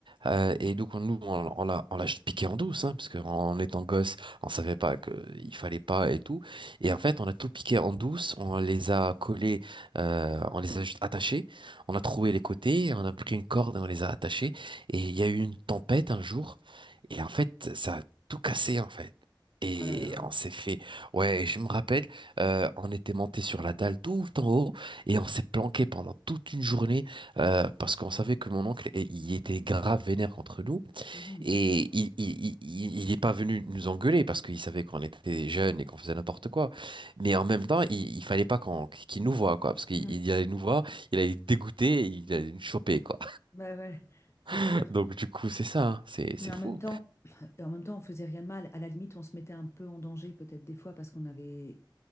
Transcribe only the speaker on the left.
Oh là là.
Mhm,
mhm.
Bah ouais, c'est
sûr.
Mais en
même temps, <clears throat> en même temps, on faisait rien de mal. À la limite, on se mettait un peu en danger peut-être des fois parce qu'on avait,